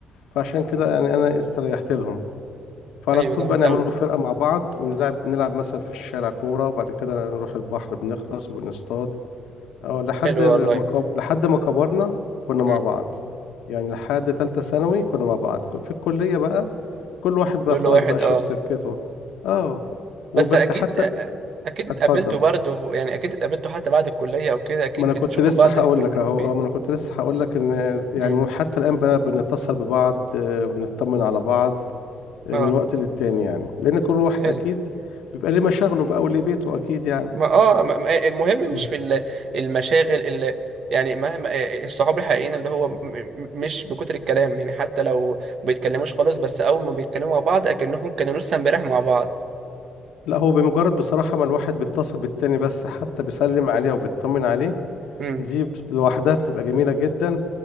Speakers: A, on the left; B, on the right.
A: فعشان كده يعني انا استريحت لهم فعلى
B: ايوه
A: طول
B: جامد
A: بقى نعملوا
B: قوي
A: فرقة مع بعض ونلعب نلعب مثلا في الشارع كورة وبعد كده نروح البحر بنغطس وبنصطاد اه لحد
B: حلو
A: ما
B: والله
A: كب- لحد ما كبرنا كنا مع
B: مم.
A: بعض يعني لحد تالتة ثانوي كنا مع بعض ك- في الكلية بقى كل واحد
B: كل
A: بقى خلاص
B: واحد
A: بقى شاف
B: اه
A: سكته اه ف-
B: بس
A: وبس
B: اكيد
A: حتى
B: اكيد اتقابلتوا
A: اتفضل
B: برضه يعني اكيد اتقابلتوا حتى بعد الكليه او كده اكيد
A: ما انا
B: بتشوفوا
A: كنت لسه
B: بعض
A: هقول
B: في كل
A: لك
B: فين
A: اهو
B: وفين
A: اه ما انا كنت لسه هقول لك ان يعني
B: امم
A: حتى الان بقى بنتصل ببعض آه، بنطمن على بعض آه،
B: اه
A: من وقت للتاني يعني لان كل واحد
B: حلو
A: اكيد بيبقى ليه مشاغله بقى وليه بيته اكيد يعني
B: ما اه ما- ما- المهم
A: مم.
B: مش في ال- المشاغل اللي يعني مهما آه، الصحاب الحقيقيين اللي هو م- م- مش بكتر الكلام يعني حتى لو ما بيتكلموش خالص بس اول ما بيتكلموا مع بعض اكنهم كانوا لسه امبارح مع بعض
A: لا هو بمجرد بصراحة ما الواحد بيتصل بالتاني بس حتى بيسلم عليه او بيطمن عليه
B: امم
A: دي بت- لوحدها بتبقى جميلة جدا